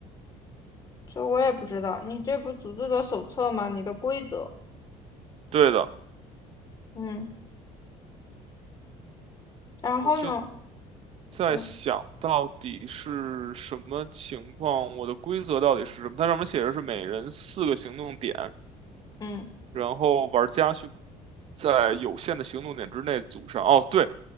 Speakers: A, on the left; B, on the right.
A: 这我也不知道，你这不组织者手册吗？你的规则，
B: 对的，
A: 嗯，然后呢？
B: 我就在想到底是什么情况，
A: 对，
B: 我的规则到底是什么？它上面写着是每人四个行动点。
A: 嗯，
B: 然后玩家去在有限的行动点之内组上。哦，对，